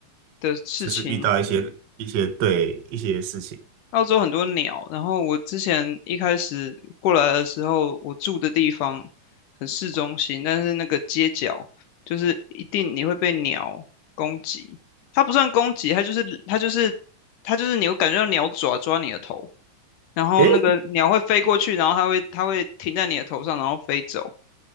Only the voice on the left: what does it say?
的事情，
澳洲很多鸟。然后我之前一开始过来的时候，我住的地方很市中心，但是那个街角就是一定你会被鸟攻击。它不算攻击，它就是它就是它就是你会感觉到鸟爪抓你的头，然后那个鸟会飞过去，
然后它会它会停在你的头上，然后飞走。